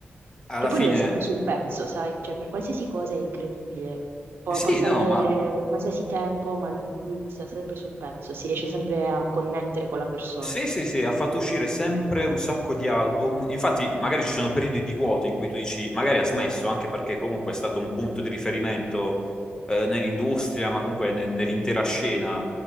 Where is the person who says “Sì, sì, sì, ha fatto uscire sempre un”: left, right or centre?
Left